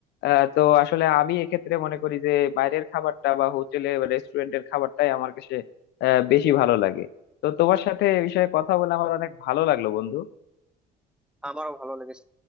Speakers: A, on the left; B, in the centre.
A: আহ, তো আসলে আমি এক্ষেত্রে মনে করি যে বাইরের খাবারটা বা হোটেলে বা রেস্টুরেন্টের খাবারটাই আমার কাছে আহ, বেশি ভালো লাগে তো তোমার সাথে এ বিষয়ে কথা বলে আমার অনেক ভালো লাগলো বন্ধু
B: আমারও ভালো লেগেছে